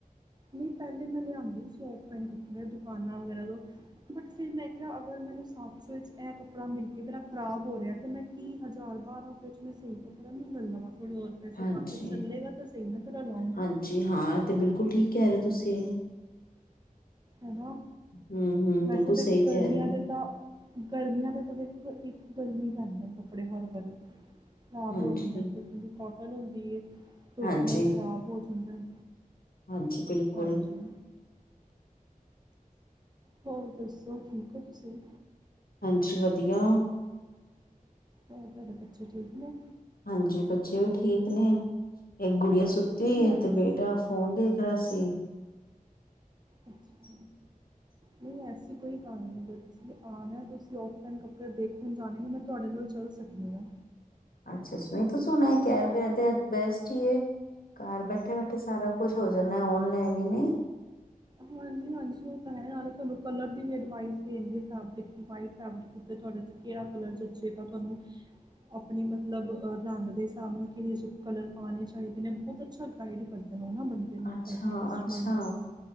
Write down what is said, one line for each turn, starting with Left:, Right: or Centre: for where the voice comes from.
Right: ਨਹੀਂ ਪਹਿਲੇ ਮੈਂ ਲਿਆਂਉਦੀ ਸੀ ਔਫਲਾਇਨ ਕੱਪੜੇ ਦੁਕਾਨਾਂ ਵਗੈਰਾ ਤੋਂ ਬਟ ਫਿਰ ਮੈਂ ਕਿਹਾ, ਅਗਰ ਮੈਨੂੰ ਸੱਤ ਸੌ ਵਿਚ ਇਹ ਕੱਪੜਾ ਮਿਲ ਕੇ ਮੇਰਾ ਖ਼ਰਾਬ ਹੋ ਰਿਹਾ ਤੇ ਮੈਂ ਕੀ ਹਜ਼ਾਰ-ਬਾਰ੍ਹਾਂ ਸੋ 'ਚ ਮੈਂ ਸਹੀ ਕੱਪੜਾ ਲੈ ਲਵਾਂ। ਥੋੜ੍ਹੇ ਹੋਰ ਪੈਸੇ
Left: ਹਾਂਜੀ
Right: ਪਾਕੇ ਚੱਲੇਗਾ ਤਾਂ ਸਹੀ ਨਾ ਤੇਰਾ ਲੋਂਗ
Left: ਹਾਂਜੀ
Right: ਟਾਈਮ
Left: ਹਾਂ ਤੇ ਬਿਲਕੁਲ ਠੀਕ ਕਹਿ ਰਹੇ ਹੋ ਤੁਸੀ।
Right: ਹਨਾ।
Left: ਹਮ ਹਮ
Right: ਵੈਸੇ
Left: ਬਿਲਕੁਲ
Right: ਦੇਖ
Left: ਸਹੀ
Right: ਗਰਮੀਆਂ
Left: ਕਹਿ ਰਹੇ ਹੋ
Right: ਦੇ ਤਾਂ ਗਰਮੀਆਂ ਦਾ ਤਾਂ ਵੇਖੋ, ਇੱਕ ਗਰਮੀ ਪੈਂਦੇ ਨੇ ਕੱਪੜੇ ਹਰ ਵਾਰੀ ਖ਼ਰਾਬ
Left: ਹਾਂਜੀ
Right: ਹੋ ਜਾਂਦੇ ਨੇ ਕੋਟਨ ਦੀ, ਧੁੱਪ
Left: ਹਾਂਜੀ
Right: ਨਾਲ ਖ਼ਰਾਬ ਹੋ ਜਾਂਦੇ ਨੇ।
Left: ਹਾਂਜੀ, ਬਿਲਕੁਲ।
Right: ਹਾਂਜੀ ਹੋਰ ਦੱਸੋ, ਠੀਕ ਹੋ ਤੁਸੀਂ-
Left: ਹਾਂਜੀ, ਵਧੀਆ
Right: ਹੋਰ ਤੁਹਾਡੇ ਬੱਚੇ ਠੀਕ ਨੇ
Left: ਹਾਂਜੀ, ਬੱਚੇ ਵੀ ਠੀਕ ਨੇ। ਇੱਕ ਗੁੜੀਆ ਸੁੱਤੀ ਹੋਈ
Right: ਨਹੀਂ
Left: ਹੈ
Right: ਐਸ
Left: ਤਬੀਅਤ ਤਾਂ ਫੋਨ ਦੇਖ ਰਿਹਾ ਸੀ <inaudible>
Right: ਅੱਛਾ ਨਹੀਂ ਐਸੀ ਕੋਈ ਗੱਲ ਨਹੀਂ, ਤੁਸੀਂ ਆਉਣਾ ਤੁਸੀਂ ਔਫਲਾਈਨ ਕੱਪੜੇ ਦੇਖਣ ਜਾਣੇ ਨੇ ਮੈਂ ਤੁਹਾਡੇ ਨਾਲ 'ਚ ਚੱਲ ਸਕਦੀ ਹਾਂ
Left: ਅੱਛਾ-ਅੱਛ ਨਹੀਂ ਤੂੰਂ ਸੁਣਾ ਕੇਯਰ ਬਹੁਤ ਹੇ। ਬੈਸਟ ਹੀ ਏ, ਘਰ ਬੈਠੇ-ਬੈਠੇ ਫਿਰ ਸਾਰਾ ਕੁਛ
Right: ਹਾਂ
Left: ਹੋ ਜਾਣਾ, ਔਨਲਾਈਨ ਹੀ ਨਹੀਂ
Right: ਹਾਂਜੀ -ਹਾਂਜੀ ਉਹ ਤਾਂ ਹੈ, ਨਾਲੇ ਤੁਹਾਨੂੰ ਕਲਰ ਦੀ ਵੀ ਐਡਵਾਈਜ ਦੇਣਗੇ, ਫੈਬਰਿਕ ਵਾਈਟ ਫੈਬਰਿਕ। ਉਤੇ ਤੁਹਾਡੇ ਤੇ ਕਿਹੜਾ ਕਲਰ ਜਚੇਗਾ ਤੁਹਾਨੂੰ? ਆਪਣੇ ਮਤਲਬ, ਰੰਗ ਦੇ ਹਿਸਾਬ ਨਾਲ ਕਿਹੋ ਜਿਹੇ ਕਲਰ ਪਾਉਣੇ ਚਾਹੀਦੇ ਨੇ। ਬਹੁਤ ਅੱਛਾ ਗਾਈਡ ਕਰਦੇ ਬੁਲਾਂਵਾਂ ਬੰਦੇ ਨੂੰ,
Left: ਅੱਛਾ
Right: ਆਪਣੇ ਕਸਟਮਰ
Left: ਅੱਛਾ
Right: ਨੂੰ